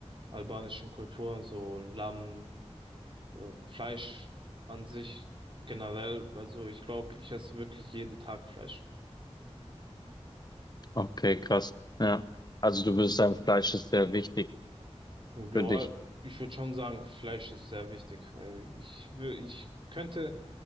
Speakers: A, on the right; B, on the left.
A: albanischen Kultur, so Lamm, so Fleisch an sich generell. Also ich glaube, ich esse wirklich jeden Tag Fleisch.
B: Okay, krass. Ja. Also du würdest sagen, Fleisch ist sehr wichtig
A: Ja,
B: für dich.
A: ich würde schon sagen, Fleisch ist sehr wichtig. weil Ich, wür- ich könnte,